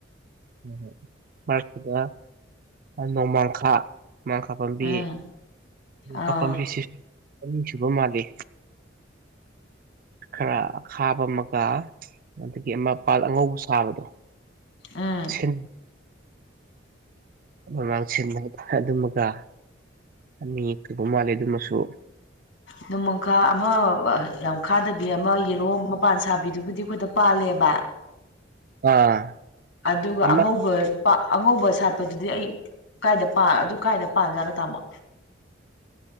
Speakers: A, on the right (about 45°); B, on the left (about 80°).
A: ꯎ ꯃꯥꯗ ꯅꯣꯃꯥꯡꯈꯥ ꯃꯥꯡꯈꯥ ꯄꯥꯝꯕꯤ
B: ꯎꯝ
A: ꯃꯥꯡꯈꯥ
B: ꯑꯥ
A: ꯄꯥꯝꯕꯤꯁꯤꯁꯨ ꯑꯅꯤ ꯁꯨꯕ ꯃꯥꯜꯂꯤ ꯈꯔ ꯑ ꯈꯥꯕ ꯑꯃꯒ ꯑꯗꯒꯤ ꯑꯃꯄꯥꯜ ꯑꯉꯧꯕ ꯁꯥꯕꯗꯣ
B: ꯎꯝ
A: ꯁ ꯃꯃꯥꯡꯁꯤꯟ ꯑꯗꯨꯃꯒ ꯑꯅꯤ ꯇꯧꯕꯧ ꯃꯥꯜꯂꯤ ꯑꯗꯨꯃꯁꯨ
B: ꯅꯣꯡꯃꯪꯈꯥ ꯑꯃ ꯌꯥꯝꯈꯥꯗꯕꯤ ꯑꯃ ꯌꯦꯜꯂꯣ ꯃꯄꯥꯟ ꯁꯥꯕꯤꯗꯨꯕꯨꯗꯤ ꯑꯩꯈꯣꯏꯗ ꯄꯥꯜꯜꯂꯤ ꯂꯦꯕ
A: ꯑꯥ
B: ꯑꯗꯨꯒ
A: ꯑꯃ
B: ꯑꯉꯧꯕ ꯑꯉꯧꯕ ꯁꯥꯠꯄꯗꯨꯗꯤ ꯑꯩ ꯀꯥꯏꯗ ꯑꯗꯨ ꯀꯥꯏꯗ ꯄꯥꯟꯖꯥꯠꯅꯣ ꯇꯥꯃꯣ